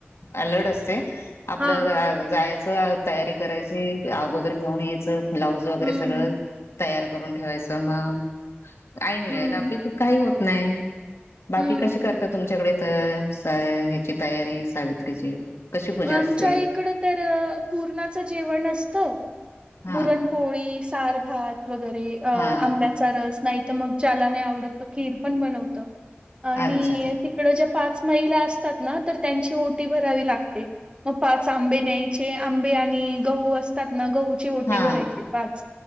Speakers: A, on the left (about 85°); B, on the right (about 25°).
A: अलर्ड असते. आपलं
B: हा.
A: जायचं तयारी करायची अगोदर घेऊन यायचं. ब्लाऊज वगैरे
B: हम्म.
A: सगळं तयार करून ठेवायचं म ऐन वेळेला
B: हम्म.
A: आपली चूक काही होत नाही बाकी
B: हम्म
A: कशी करता तुमच्याकडे त साय ह्याची तयारी सावित्रीची. कशी पूजा
B: आमच्या
A: असते?
B: इकडं तर पुरणाचं जेवण असतं.
A: हा
B: पुरणपोळी सार, भात वगैरे अ
A: हा
B: आंब्याचा
A: ह
B: रस नाही तर मग ज्याला नाही आवडत त खीर पण बनवतात. आणी
A: अच्छा
B: तिकडं ज्या पाच महिला असतात ना तर त्यांची ओटी भरावी लाग ते मग पाच आंबे न्यायचे आंबे आणि गहू अस तात ना गहूची ओटी
A: हा
B: भरायची पाच